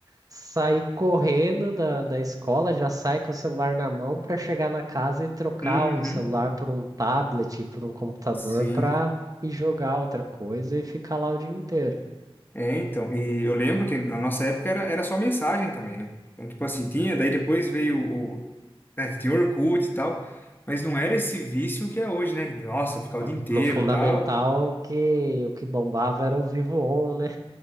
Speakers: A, on the right; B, on the left.
A: sair correndo da, da escola, já sai com o celular na mão para chegar na casa e trocar
B: Uhum,
A: o celular por um tablet, por um computador
B: sim.
A: para ir jogar outra coisa e ficar lá o dia inteiro.
B: É, então. E eu lembro que na nossa época era, era só mensagem também, né? Então, tipo assim, tinha, daí depois veio o. né, tinha o Orkut e tal. Mas não era esse vício que é hoje, né? Nossa, ficar o
A: Ah,
B: dia inteiro
A: No fundamental,
B: e tal.
A: o que, o que bombava era o Vivo On, né?